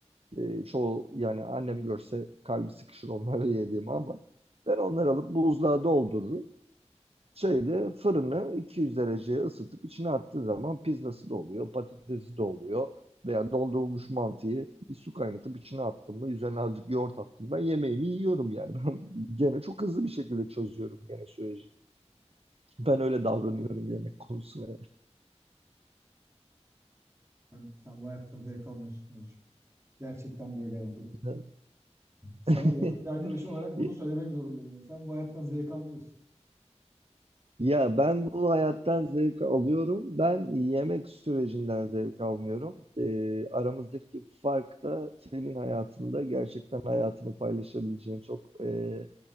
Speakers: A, on the right; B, on the right.
A: E, çoğu yani annem görse kalbi sıkışır onları <laughs> yediğimi ama ben onları alıp buzluğa doldururum şeyde fırını 200 dereceye ısıtıp içine attığı zaman pizzası da oluyor, patatesi de oluyor. Veya doldurulmuş mantıyı bir su kaynatıp içine attım da üzerine azıcık yoğurt attım ben yemeğimi yiyorum yani. <laughs> Ben gene çok hızlı bir şekilde çözüyorum gene süreci. Ben öyle davranıyorum yemek konusuna.
B: Sen, sen bu hayattan zevk almıyorsun Oğuzcuğum. Gerçekten böyle ya bu durum.
A: yani.
B: Sana
A: <laughs>
B: yakın bir arkadaşın olarak bunu söylemek zorundayım. Yani Sen bu hayattan zevk almıyorsun.
A: Ya ben bu hayattan zevk alıyorum. Ben yemek sürecinden zevk almıyorum. Ee, aramızdaki fark da senin hayatında gerçekten hayatını paylaşabileceğin çok e,